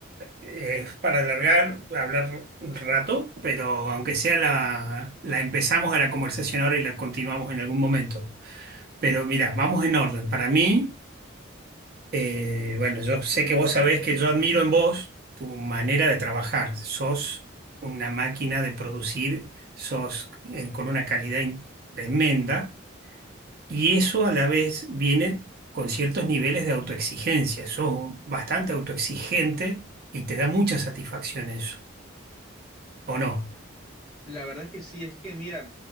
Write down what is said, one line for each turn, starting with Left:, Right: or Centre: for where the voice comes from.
Right: eh, es para alargar, hablar un rato, pero aunque sea la, la empezamos a la conversación ahora y la continuamos en algún momento. Pero mira, vamos en orden. Para mí, eh, bueno, yo sé que vos sabés que yo admiro en vos tu manera de trabajar. Sos una máquina de producir, sos eh, con una calidad in- tremenda y eso a la vez viene con ciertos niveles de autoexigencia. Sos bastante autoexigente y te da mucha satisfacción eso. ¿O no?
Centre: La verdad es que sí, es que mira,